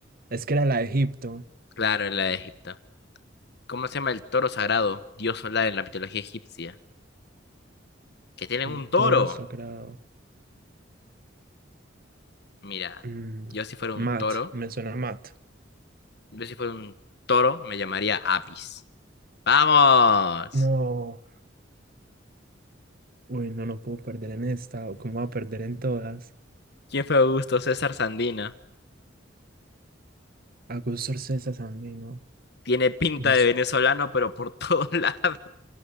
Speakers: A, on the right (about 50°); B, on the left (about 60°).
A: Es que era la de Egipto.
B: Claro, era la de Egipto. ¿Cómo se llama el toro sagrado, dios solar en la mitología egipcia? Que tienen
A: El
B: un toro.
A: toro sagrado.
B: Mira,
A: Mm,
B: yo si fuera un
A: Mat,
B: toro,
A: me suena Mat.
B: yo si fuera un toro me llamaría Apis. ¡Vamos!
A: No. Uy, no, no puedo perder en esta. ¿O cómo va a perder en todas?
B: ¿Quién fue Augusto César Sandino?
A: Augusto César Sandino.
B: Tiene pinta
A: Me,
B: de
A: su-
B: venezolano, pero por <laughs> todos lados.